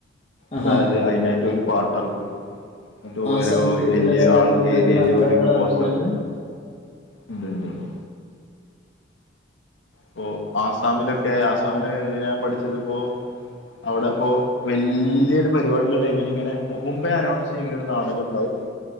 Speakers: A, on the left; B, on the left.
A: ആഹാ.
B: അതായത് അയ്നായിട്ട് ഓല് പാട്ടെറക്കും എന്നട്ട്
A: ആസാം
B: ഓരോ
A: ബേസിലൊക്കെ
B: <unintelligible> ആൾ
A: നന്നായിട്ട്
B: ഏരിയേല്
A: നാടകങ്ങൾ
B: ഒരു പോസ്റ്റർ
A: നടക്കുന്നുണ്ട്.
B: ഉണ്ട്- പ്പൊ ആസാമിലൊക്കെ ആസാമില് ഞാൻ പഠിച്ചതിപ്പോ അവിടെപ്പോ വല്യൊരു പരിപാടിയുള്ള ടൈമില് ഇങ്ങനെ മുമ്പ്മ്പേ അനൗൺസ് ചെയ്യും ഇങ്ങനെ ഒരു നാടകണ്ടാവും <inaudible>